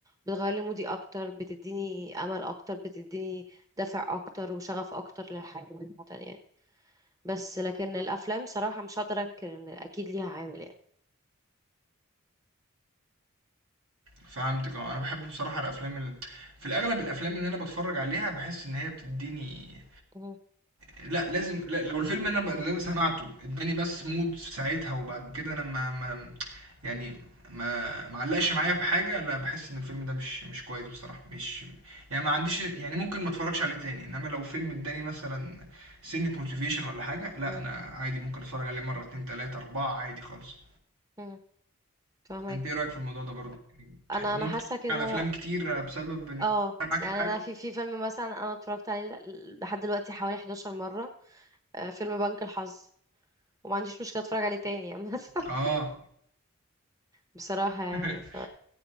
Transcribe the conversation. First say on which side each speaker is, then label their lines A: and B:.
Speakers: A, on the right; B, on the right.
A: بتغير لي مودي أكتر بتديني أمل أكتر بتديني دافع أكتر وشغف أكتر للحياة عامة يعني بس لكن الأفلام صراحة مش هقدر أنكر إن أكيد ليها عامل يعني
B: فهمتك اه انا بحب بصراحة الافلام ال... في الاغلب الافلام اللي انا بتفرج عليها بحس ان هي بتديني
A: مم،
B: لا لازم لا لو الفيلم انا ب... اللي انا سمعته اداني بس مود ساعتها وبعد كده انا ما, ما يعني ما ما علقش معايا في حاجة لا بحس ان الفيلم ده مش مش كويس بصراحة مش يعني ما عنديش يعني ممكن ما اتفرجش عليه تاني انما لو فيلم اداني مثلا سنة موتيفيشن ولا حاجة لا
A: مم،
B: انا عادي ممكن اتفرج عليه مرة اتنين تلاتة اربعة عادي خالص
A: مم. فاهمك
B: انت ايه رايك في الموضوع ده برضه ممكن تتفرج
A: أنا أنا حاسة كده
B: على افلام كتير بسبب ان أنا
A: اه
B: معاك
A: يعني
B: في حاجه
A: انا في في فيلم مثلا انا اتفرجت عليه ل- لحد دلوقتي حوالي 11 مره آه، فيلم بنك الحظ وما عنديش مشكلة اتفرج عليه تاني يعني <laughs>
B: اه
A: بصراحة يعني
B: <laughs>
A: ف